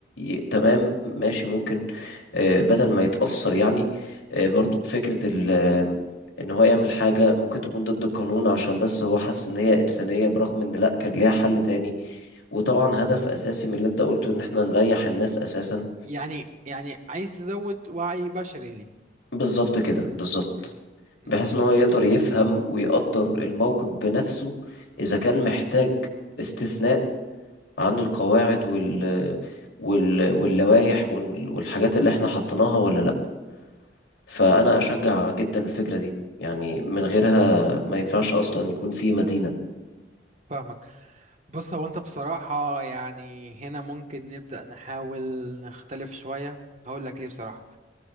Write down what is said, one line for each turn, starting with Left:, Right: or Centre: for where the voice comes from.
Left: ي... تمام ماشي ممكن آه، بدل ما يتأثر يعني آه، برضو بفكرة ال... آه، إن هو يعمل حاجة ممكن تكون ضد القانون عشان بس هو حس إن هي إنسانية برغم إن لأ كان ليها حل تاني وطبعا هدف
Right: مم.
Left: اساسي من اللي انت قلته ان احنا نريح الناس اساسا
Right: يعني يعني عايز تزود وعي بشري ليه
Left: بالظبط كده بالظبط
Right: مم. مم.
Left: بحيث ان هو يقدر يفهم ويقدر الموقف بنفسه اذا كان محتاج استثناء عن القواعد وال وال واللوائح وال- والحاجات اللي احنا حطيناها ولا لا فانا
Right: إن
Left: اشجع
Right: اه
Left: جدا الفكرة دي يعني من غيرها ما ينفعش اصلا يكون في مدينة
Right: فاهمك بص هو انت بصراحة يعني هنا ممكن نبدأ نحاول نختلف شوية هقول لك ليه بصراحة